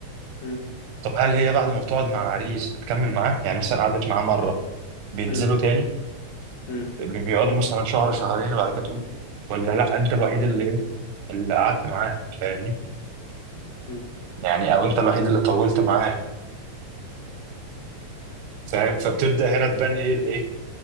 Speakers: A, on the left; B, on the right.
A: امم
B: طب هل هي بعد ما بتقعد مع عريس بتكمل معاه؟ يعني مثلا قعدت معاه مرة بينزلوا
A: امم
B: تاني
A: امم
B: بي- بيقعدوا مثلا شهر شهرين وبعد كده تقول ولا لا أنت الوحيد اللي إيه، اللي قعدت معاه فاهمني؟
A: امم
B: يعني أو أنت الوحيد اللي طولت معاه فاهم فبتبدا هنا تبان ايه الايه